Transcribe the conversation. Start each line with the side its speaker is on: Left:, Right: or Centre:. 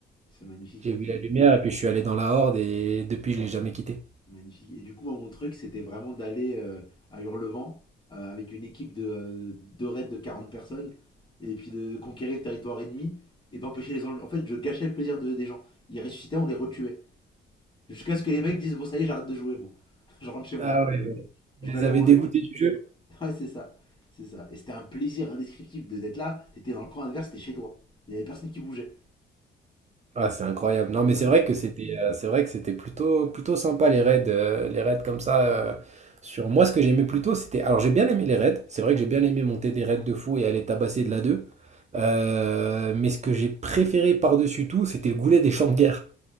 Left: c'est magnifique.
Right: J'ai vu la lumière et puis je suis allé dans la Horde et depuis, je l'ai jamais quitté.
Left: Magnifique. Et du coup, moi, mon truc, c'était vraiment d'aller euh, à Hurlevent euh, avec une équipe de, euh, de raids de 40 personnes. Et puis de conquérir le territoire ennemi et d'empêcher les enjeux. En fait, je gâchais le plaisir de- des gens. Ils ressuscitaient, on les retuait. Jusqu'à ce que les mecs disent, bon, ça y est, j'arrête de jouer, moi. <laughs> Je rentre chez moi.
Right: Ah
Left: Je,
Right: ouais, ouais.
Left: je
Right: vous les
Left: vais aller
Right: avez
Left: manger.
Right: dégoûtés du jeu?
Left: <laughs> Ouais, c'est ça. C'est ça. Et c'était un plaisir indescriptible de- d'être là. T'étais dans le camp adverse, t'étais chez toi. Il y avait personne qui bougeait.
Right: Ah, c'est incroyable. Non, mais
Left: Euh,
Right: c'est vrai que c'était euh, c'est vrai que c'était plutôt plutôt sympa les raids euh, les raids comme ça euh, sur moi ce que j'aimais plutôt c'était alors j'ai bien aimé les raids, c'est vrai que j'ai bien aimé monter des raids de fou et aller tabasser de la deux Euh, mais ce que j'ai préféré par-dessus tout, c'était le goulet des champs de guerre.